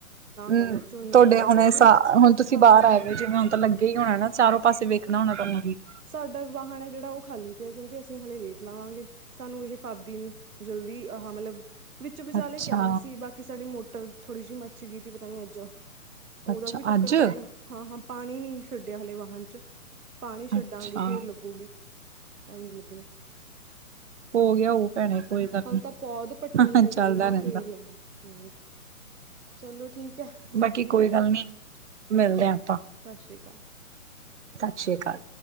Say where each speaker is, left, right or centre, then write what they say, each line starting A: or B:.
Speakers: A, on the right (about 50°); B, on the right (about 75°).
A: ਹਮ
B: ਕਣਕ ਝੋਨਾ
A: ਤੁਹਾਡੇ
B: ਕਣਕ
A: ਹੁਣੇ
B: ਹੋਰ ਕੋਈ
A: ਹੁਣ ਤੁਸੀਂ
B: ਫਸਲ
A: ਬਾਹਰ
B: ਹੀ
A: ਆਏ
B: ਨੀ
A: ਜਿਵੇਂ ਹੁਣ ਤਾਂ ਲੱਗੇ ਹੀ ਹੋਣਾ ਨਾ ਚਾਰੋ ਪਾਸੇ ਵੇਖਣਾ <unintelligible>
B: ਸਾਡਾ ਵਾਹਨ ਹੈ ਜਿਹੜਾ ਉਹ ਖਾਲੀ ਪਿਆ ਕਿਉਂਕਿ ਅਸੀਂ ਹਲੇ ਲੇਟ ਲਾਵਾਂਗੇ। ਸਾਨੂੰ ਇਹ ਫਾਪਦੀ ਨੀ ਜਲ ਵੀ ਆ ਮਤਲਬ ਵਿੱਚ-ਵਿਚਾਲੇ
A: ਅੱਛਾ
B: ਕਿਹਾ ਸੀ। ਬਾਕੀ ਸਾਡੀ ਮੋਟਰ ਥੋੜੀ ਜਿਹੀ ਮੱਚ ਗਈ ਸੀ ਪਤਾ ਨੀ ਅੱਜ। ਉਹਦਾ
A: ਅੱਛਾ
B: ਵੀ ਚੱਕਰ
A: ਅੱਜ
B: ਪੈ ਗਿਆ। ਹਾਂ-ਹਾਂ, ਪਾਣੀ ਨੀ ਛੱਡਿਆ ਹਾਲੇ ਵਾਹਨ ਚ। ਪਾਣੀ ਛੱਡਾਂਗੇ।
A: ਅੱਛਾ
B: ਫੇਰ ਲੱਗੂਗੀ। ਐਂਵੇ ਨੀ ਲੱਗਣੀ।
A: ਹੋ ਗਿਆ ਉਹ ਭੈਣੇ ਕੋਈ ਗੱਲ
B: ਹਾਲ ਤਾਂ ਪੌਧ
A: ਨੀ
B: ਪੱਟਣੀ ਪਊ
A: ਚੱਲਦਾ
B: ਪਹਿਲਾਂ।
A: ਰਹਿੰਦਾ
B: ਫੇਰ ਲੱਗੂ। ਹੁਂ। ਚਲੋ ਠੀਕ ਹੈ। ਸਤਿ
A: ਬਾਕੀ
B: ਸ੍ਰੀ ਅਕਾਲ।
A: ਕੋਈ ਗੱਲ ਨੀ ਮਿਲਦੇ
B: ਹਾਂ,
A: ਆਪਾਂ
B: ਸਤਿ ਸ੍ਰੀ ਅਕਾਲ ਤਾਂ
A: ਸਤਿ ਸ਼੍ਰੀ ਅਕਾਲ।